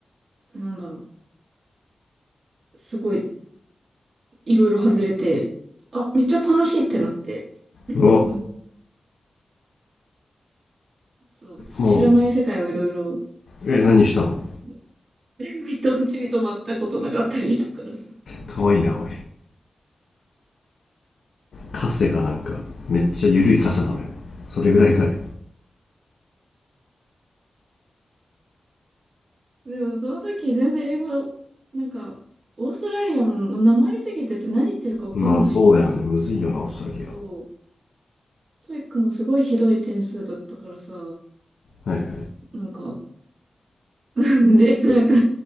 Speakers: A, on the right; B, on the left.
A: なんだろう、すごいいろいろ外れて、あ、めっちゃ楽しいってなって。<laughs>
B: うわ、
A: そう、知らない世界をいろいろ、
B: もう、え、何したの
A: <laughs> 人ん家に泊まったことなかったりしたからさ。
B: かわいいな、おい。カセがなんか、めっちゃ緩いカセなのよ。それぐらいかい。
A: でもその時全然英語、なんか、オーストラリアもなまりすぎてて何言ってるかわかんないし、
B: まあ、そうだよね。むずいよな、オーストラリア。
A: そう、トイックもすごいひどい点数だったからさ、
B: はいはい。
A: なんか、<laughs> で、なんか、